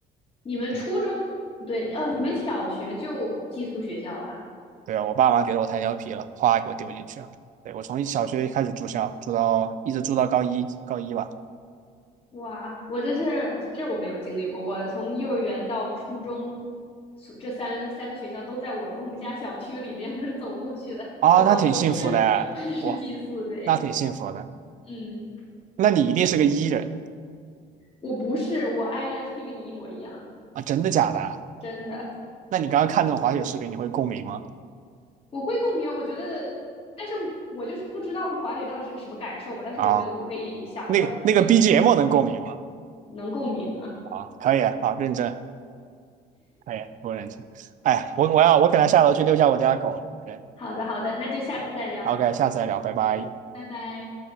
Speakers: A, on the left (about 35°); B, on the right (about 50°).
A: 你们初中不对，
B: 对。
A: 哦，你们小学就寄宿学校啦？
B: 对啊，我爸妈觉得我太调皮了，哗给我丢进去了。对，我从小学开始住校，住到一直住到高一，高一吧。
A: 哇，我这是这我没有经历过，我从幼儿园到初中，所这三三个学校都在我我们家小区里面，都是走路去的，
B: 啊，
A: 只有高中是
B: 那挺幸福的，
A: <laughs> 是寄宿。
B: 哇，
A: 对，
B: 那挺幸福的。
A: 嗯，
B: 那你一定是个 E 人
A: 我不是，我 INFP 跟你一模一样，
B: 啊？真的假的？
A: 真的。
B: 那你刚刚看那种滑雪视频，你会共鸣吗？
A: 我会共鸣，我觉得，但是我就是不知道华语到底是个什么感受吧，但是我觉得我可以想象和理解吧，
B: 啊，那个那个 BGM 能共鸣吗？
A: 能共鸣啊。
B: 啊，可以，好，认真，可以，我认真。哎，我我要我可能下楼去遛一下我家狗了。对
A: 好的，好的，那就下次再聊，
B: ，OK，下次再聊，拜拜。
A: 拜拜。